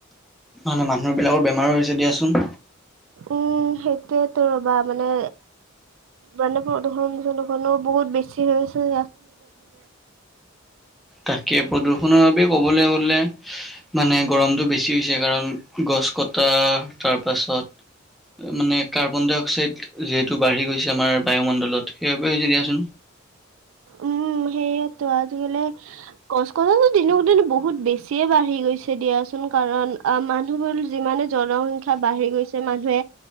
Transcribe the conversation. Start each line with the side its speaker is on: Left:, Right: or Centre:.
Centre: ম নে মানুহ বিলাকৰ বেমাৰো হৈছে দিয়াচোন।
Right: উম, সেইটোয়েতো ৰ'বা মানে, মানে প্ৰদূখনো বহুত বেছি হৈছে।
Centre: তাকে প্ৰদূষণৰ বাবে কবলৈ গলে মানে গৰমটো বেছি হৈছে কাৰণ গছ কটা তাৰ পাছত মানে কাৰ্বন ডাই অক্সাইড যিহেতু বাঢ়ি গৈছে আমাৰ বায়ুমণ্ডলত সেইবাবে হৈছে দিয়াচোন।
Right: উম, সেইয়েতো আজিকালি কষ্ট কথা দিনক দিন বহুত বেছিয়ে বাঢ়ি গৈছে দিয়াচোন কাৰণ আ মানুহবোৰ যিমানে জনসংখ্যা বাঢ়ি গৈছে মানুহে